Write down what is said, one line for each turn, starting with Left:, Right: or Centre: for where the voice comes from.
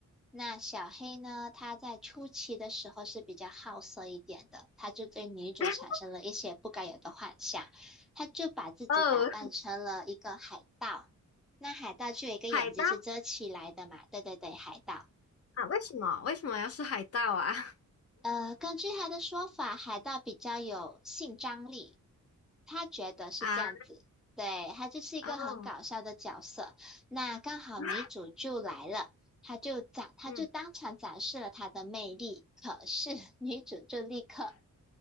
Centre: 那小黑呢，他在初期的时候是比较好色一点的，他就对女主产生了一些不该有的幻想，
Left: <laughs>，
Centre: 他就把自己打扮成了一个海盗。
Left: 哦，
Centre: 那海盗就有一个眼睛是遮起来的嘛？
Left: 海盗
Centre: 对对对，海盗。
Left: 啊？为什么？为什么要是海盗啊？<laughs>
Centre: 呃，根据他的说法，海盗比较有性张力，他觉得是这样子。
Left: 啊，
Centre: 对，他就是一个很搞笑的角色。
Left: 哦，
Centre: 那刚好女主就来了，
Left: <laughs>
Centre: 他就展，他就当场展示了他的魅力。
Left: 嗯，
Centre: 可是 <laughs> 女主就立刻